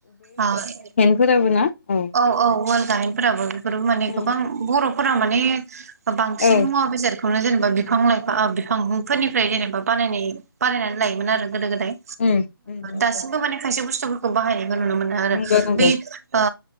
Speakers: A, on the right; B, on the left.
A: ओ
B: फोरावो ना औ
A: औ औ वाल गायेनफोराबो बेफोरबो माने
B: उम
A: गोबां बर'फोरा माने बांसिन
B: औ
A: मुवा बेसाद बेखौनो जेनेबा बिफां लाइफां बिफांफोरनिफ्राय जेनेबा बानायनाय बानायनानै लायोमोन आरो गोदो गोदाय
B: उम उम नंगौ
A: दासिमबो माने खायसे बुस्थुफोरखौ बाहायनायखौ नुनो मोनो आरो
B: नंगौ नंगौ
A: बे ओ